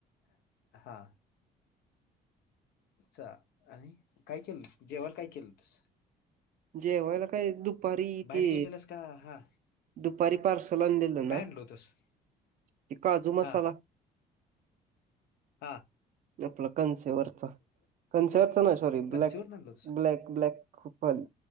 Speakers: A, on the left; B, on the right.
A: हा. चा अरे काय केलं जेवाल काय केलंतस.
B: जेवायला काय दुपारी
A: बाहेर
B: ते
A: गेलेलंस का हा
B: दुपारी पार्सल आणलेलं
A: काय
B: ना
A: आणलं
B: ते
A: होतस
B: काजू
A: हा
B: मसाला
A: हां
B: आपलं कनसेवरचा कनसेवरचा
A: कुठ
B: ना सॉरी
A: कन्सिवरून
B: ब्लॅक
A: आणलं होतस
B: ब्लॅक ब्लॅक खुपल